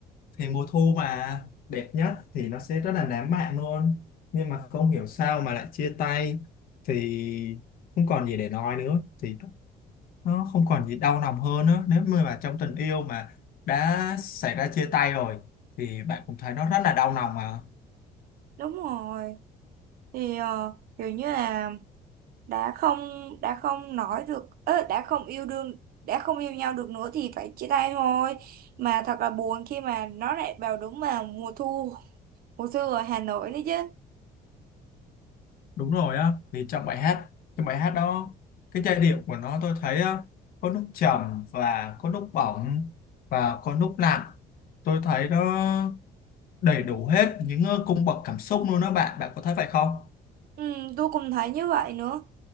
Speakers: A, on the left; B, on the right.
A: thì mùa thu mà đẹp nhất thì nó sẽ rất là lãng mạn luôn nhưng mà không hiểu sao mà lại chia tay thì không còn gì để nói nữa thì nó không còn gì đau lòng hơn nữa nếu như mà trong tình yêu mà đã xảy ra chia tay rồi thì bạn cũng thấy nó rất là đau lòng mà
B: đúng rồi thì ờ, kiểu như là đã không đã không nói được ớ, đã không yêu đương đã không yêu nhau được nữa thì phải chia tay thôi mà thật là buồn khi mà nó lại vào đúng vào mùa thu mùa thu ở Hà Nội đấy chứ
A: đúng rồi á thì trong bài hát trong bài hát đó cái giai điệu của nó tôi thấy á, có lúc trầm và có lúc bỏng và có lúc nặng tôi thấy đó đầy đủ hết những ờ, cung bậc cảm xúc luôn đó bạn bạn có thấy vậy không
B: ừ, tôi cũng thấy như vậy nữa